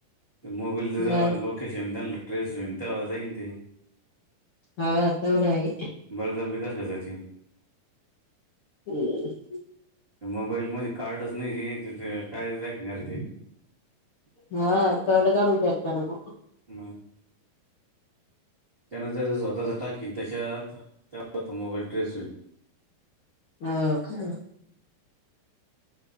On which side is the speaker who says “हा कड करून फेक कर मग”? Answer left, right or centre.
Left